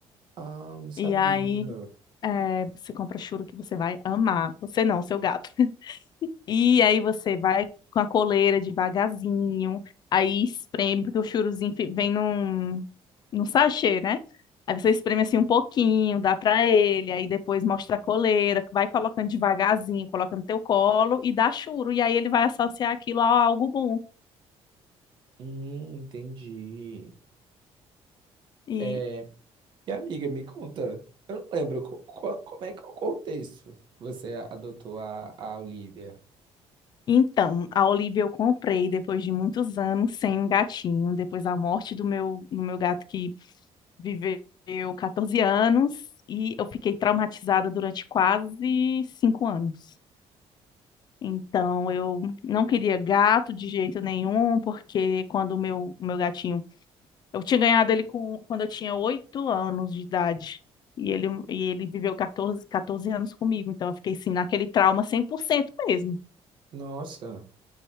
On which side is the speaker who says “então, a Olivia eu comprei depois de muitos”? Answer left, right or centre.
Left